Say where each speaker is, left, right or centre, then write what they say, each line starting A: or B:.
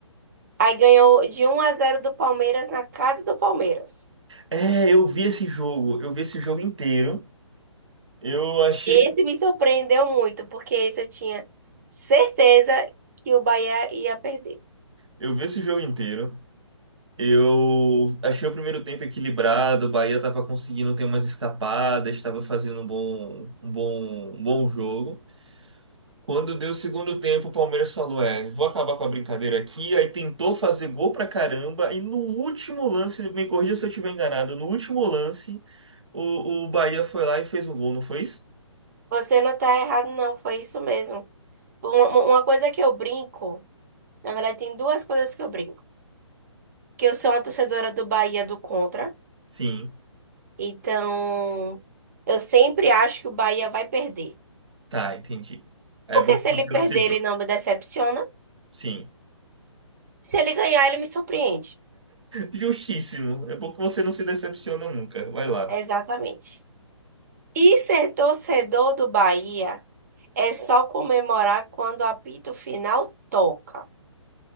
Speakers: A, on the right; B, on the right.
A: Aí ganhou de um a zero do Palmeiras na casa do Palmeiras.
B: É, eu vi esse jogo, eu vi esse jogo inteiro. Eu achei
A: Esse
B: que
A: me surpreendeu muito, porque esse eu tinha certeza que o Bahia ia perder.
B: eu vi esse jogo inteiro. Eu achei o primeiro tempo equilibrado, o Bahia tava conseguindo ter umas escapadas, estava fazendo um bom, um bom, um bom jogo. Quando deu o segundo tempo, o Palmeiras falou: "É, vou acabar com a brincadeira aqui". Aí tentou fazer gol pra caramba e no último lance, me corrija se eu estiver enganado, no último lance, o, o Bahia foi lá e fez um gol, não foi isso?
A: Você não tá errado, não. Foi isso mesmo. Uma, uma coisa que eu brinco, na verdade, tem duas coisas que eu brinco. Que eu sou uma torcedora do Bahia do contra.
B: Sim.
A: Então, eu sempre acho que o Bahia vai perder.
B: Tá, entendi. É
A: Porque
B: bom que
A: se
B: você
A: ele perder,
B: não se. frustra.
A: ele não me decepciona.
B: Sim.
A: Se ele ganhar, ele me surpreende.
B: Justíssimo. É bom que você não se decepciona nunca. Vai lá.
A: É Exatamente. E ser torcedor do Bahia é só comemorar quando o apito final toca.